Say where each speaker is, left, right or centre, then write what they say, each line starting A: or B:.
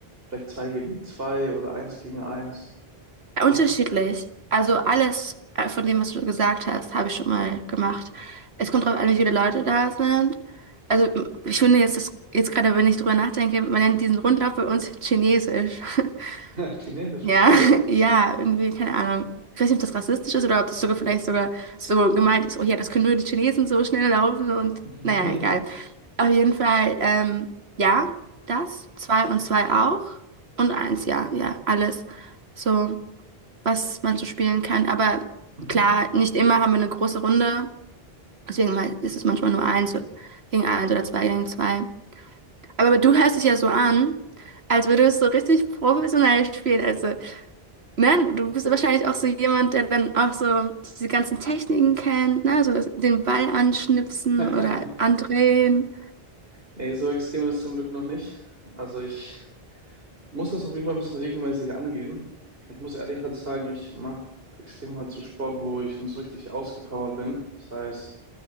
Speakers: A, on the right; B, on the right.
A: vielleicht zwei gegen zwei oder eins gegen eins?
B: <laughs> Unterschiedlich. Also alles äh, von dem, was du gesagt hast, habe ich schon mal gemacht. Es kommt darauf an, wie viele Leute da sind. Also m- ich finde jetzt, das, jetzt gerade, wenn ich drüber nachdenke, man nennt diesen Rundlauf bei uns Chinesisch. <laughs>
A: <laughs> Chinesisch,
B: Ja,
A: okay.
B: <laughs> ja, irgendwie, keine Ahnung. Ich weiß nicht, ob das rassistisch ist oder ob das sogar vielleicht sogar so gemeint ist, oh ja, das können nur die Chinesen so schnell laufen und
A: <laughs>
B: naja, egal. Auf jeden Fall, ähm, ja, das, zwei und zwei auch und eins, ja, ja, alles. So, was man so spielen kann. Aber
A: Mhm.
B: klar, nicht immer haben wir eine große Runde, deswegen mal- ist es manchmal nur eins gegen eins oder zwei gegen zwei. Aber du hörst dich ja so an, als würdest du so richtig professionell spielen. Also ne, du bist ja wahrscheinlich auch so jemand, der dann auch so diese ganzen Techniken kennt, ne, so das, den Ball anschnipsen
A: <laughs>
B: oder andrehen.
A: Nee, so extrem ist es zum Glück noch nicht. Also ich muss das auf jeden Fall ein bisschen regelmäßig angehen. Ich muss ehrlich halt sagen, ich mache extrem halt so Sport, wo ich sonst richtig ausgepowert bin. Das heißt,